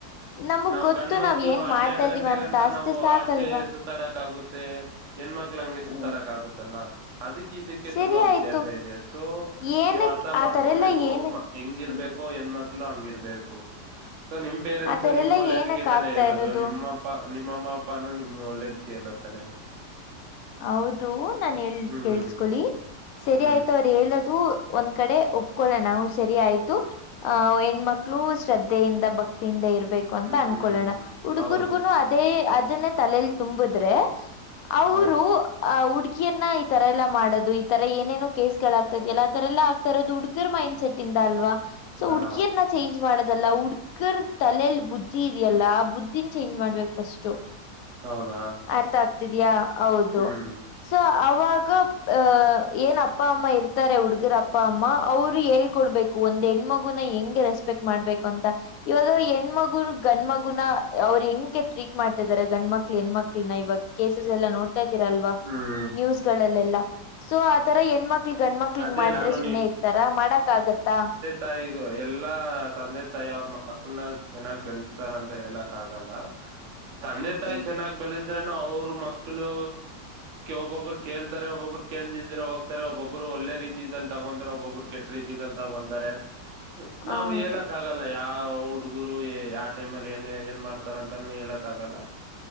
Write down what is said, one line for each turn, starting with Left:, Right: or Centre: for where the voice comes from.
Left: ನಮಗ್
Right: ನಾವು
Left: ಗೊತ್ತು
Right: ಗಂಡ ಮಕ್ಳು
Left: ನಾವ್ ಏನ್
Right: ಹನ್ನೆರಡು
Left: ಮಾಡ್ತಾ ಇದೀವ
Right: ಗಂಟೆ
Left: ಅಂತ
Right: ಗಂಟ
Left: ಅಷ್ಟೇ
Right: ನಾವು
Left: ಸಾಕಲ್ವಾ
Right: ಆಚೆ ಸುತ್ತ ಸುತ್ತಾಡಕ್ ಆಗುತ್ತೆ ಹೆಣ್ಮಕ್ಳ ಹಂಗೆ
Left: ಹ್ಮ್
Right: ಸುತ್ತಾಡಕ್ ಆಗುತ್ತಲ್ಲ ಅದಕ್ಕೆ ಇದಕ್ಕೆ
Left: ಸರಿ
Right: ತುಂಬಾ ವ್ಯತ್ಯಾಸ
Left: ಆಯ್ತು
Right: ಇದೆ ಸೊ
Left: ಏನಕ್
Right: ನೀವ್ ಅರ್ಥ
Left: ಆ
Right: ಮಾಡ್ಕೊಬೇಕು
Left: ತರ ಎಲ್ಲ ಏನಕ್
Right: ಹೆಂಗಿರ್ಬೇಕು
Left: ಹ್ಮ್
Right: ಹೆಣ್ಮಕ್ಳು ಹಂಗಿರ್ಬೇಕು ಸೊ ನಿಮ್ ಪೇರೆಂಟ್ಸ್
Left: ಆ ತರ
Right: ನಿಮ್
Left: ಎಲ್ಲ
Right: ಒಳ್ಳೇದಕ್ಕೆ
Left: ಏನಕ್
Right: ತಾನೆ
Left: ಆಗ್ತಾ
Right: ಹೇಳೋದು
Left: ಇರೋದು
Right: ನಿಮ್ಮ ನಿಮ್ಮಮ್ಮ ಅಪ್ಪಾನೂ ನಿಮ್ಗೆ ಒಳ್ಳೇದ್ ಕಲತಾನೆ
Left: ಹೌದು ನಾ ಹೇಳ
Right: ಹ್ಮ್
Left: ಕೇಳಸ್ಕೊಳ್ಳಿ ಸರಿ
Right: ಹ್ಮ್
Left: ಆಯ್ತ ಅವ್ರ ಹೇಳೋದು ಒಂದ್ ಕಡೆ ಒಪ್ಕೊಳ್ಳೋಣವು ಸರಿ ಆಯ್ತು ಆಹ ಹೆಣ್ಮಕ್ಳು ಶ್ರದ್ಧೆಯಿಂದ ಭಕ್ತಿಯಿಂದ ಇರ್ಬೇಕು ಅಂತ
Right: ಹ್ಮ್
Left: ಅನ್ಕೋೊಳ್ಳೋಣ ಹುಡುಗುರ್ಗುನು
Right: ಹೌದು
Left: ಅದೇ ಅದನ್ನ ತಲಲಿ ತುಂಬುದ್ರೆ ಅವರು
Right: ಹಾ
Left: ಆ ಹುಡ್ಗಿಯನ್ನ ಈ ತರ ಎಲ್ಲ ಮಾಡೋದು ಈ ತರ ಏನೇನು ಕೇಸ್ಗಳಾಗಗ್ತದ ಅಲ್ಲ ಆ ತರ ಎಲ್ಲಾ ತರದ್ುಗರ್ ಮೈಂಡ್ ಸೆಟ್ ಇಂದ ಅಲ್ವಾ ಸೊ
Right: ಹಾ
Left: ಹುಡ್ಗೀರ್ನ ಚೇಂಜ್ ಮಾಡೋದಲ್ಲ ಹ ಅಕ್ಕರ್ ತಲೆಲ್ ಬುದ್ಧಿ ಇದೆಯಲ್ಲಾ ಬುದ್ಧನ್ ಚೇಂಜ್ ಮಾಡ್ಬೇಕ್ ಫಸ್ಟ್.
Right: ಹೌದಾ
Left: ಅರ್ಥ ಆಗ್ತಿದ್ಯಾ ಹೌದು
Right: ಹ್ಮ್
Left: ಸೊ ಅವಾಗ ಅಹ. ಏನ್ ಅಪ್ಪ ಅಮ್ಮ ಇರ್ತಾರೆ ಹುಡುಗುರ್ ಅಪ್ಪ ಅಮ್ಮ ಅವ್ರು ಹೇಳ್ಕೊಡ್ಬೇಕು ಒಂದ್ ಹೆಣ್ಮಗುನ ಹೆಂಗೆ ರೆಸ್ಪೆಟ್ ಸ್ಪೆಕ್ ಮಾಡ್ಬೇಕು ಅಂತ. ಇವಾಗ ಹೆಣ್ಮಗುನು ಗಂಡ್ ಮಗುನ ಅವ್ರು ಹೆಂಗೆ ಟ್ರೀಟ್ ಮಾಡ್ತಿದಾರೆ ಗಂಡ್ ಮಕ್ಳ ಹೆಣ್ಮಕ್ಳನ್ನ ಇವಾಗ. ಕೇಸಸ್ ಎಲ್ಲಾ ನೋಡ್ತಾ ಇದ್ದೀರಾಲ್ವಾ
Right: ಹ್ಮ್
Left: ನ್ಯೂಸ್ಗಳಲ್ಲೆಲ್ಲ ಸೊ ಆತರ ಹೆಣ್ಮಕ್ ಮಕ್ಳ ಗಂಡ ಮಕ್ಳಗ್
Right: ಅದೇ
Left: ಮಾಡಿದ್ರೆ
Right: ನಾನು
Left: ಸುಮ್ಮನೆ ಇತಾರ ಮಾಡಕ್ ಆಗುತ್ತಾ.
Right: ತಾಯಿಗು ಎಲ್ಲಾ ತಂದೆ ತಾಯಿ ಅವ್ರ ಮಕ್ಳನ ಚೆನ್ನಾಗ್ ಬೆಲ್ಸ್ತಾರ ಅಂತ ಹೇಲಕ್ ಆಗಲ್ಲ. ತಂದೆ ತಾಯಿ
Left: ಹ್ಮ್
Right: ಚೆನ್ನಾಗ್ ಬೆಲಸ್ ಆದ್ರೆ ಅವ್ರ ಮಕ್ಕಳು ಒಬ್ಬೊಬ್ಬರು ಕೇಲ್ತರೆ ಒಬ್ಬೊಬ್ಬರು ಕೇಲ್ದಲ್ದಿರ ಹೋಗ್ತಾರೆ ಒಬ್ಬೊಬ್ರು. ಒಬ್ರು ಒಲ್ಲೆ ರೀತಿದಲ್ ತಗೊರೆ ಒಬ್ಬೊಬ್ರು ಕೆಟ್ ರೀತಿದಲ್ ತಗೊತಾರೆ
Left: ಹೌದು
Right: ನಾವು ಹೇಲಕ್ ಆಗಲ್ಲ. ಲ್ಲ ಯಾವ್ ಹುಡ್ಗರು ಯಾ ಟೈಮಲ್ಲಿ ಏನ್ ಏನ್ ಮಾಡ್ತಾರ್ ಅಂತನು ಹೇಲಕ್ ಆಗಲ್ಲ.